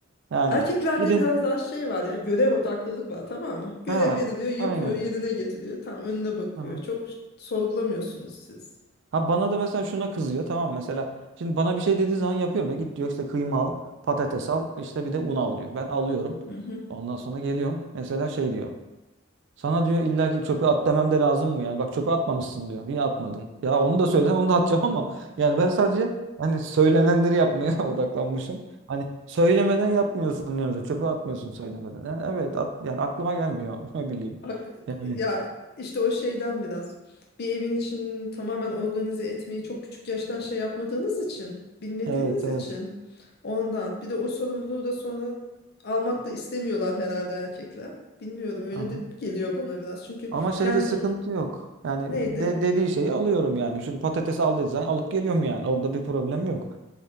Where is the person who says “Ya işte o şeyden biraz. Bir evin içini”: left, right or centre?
Left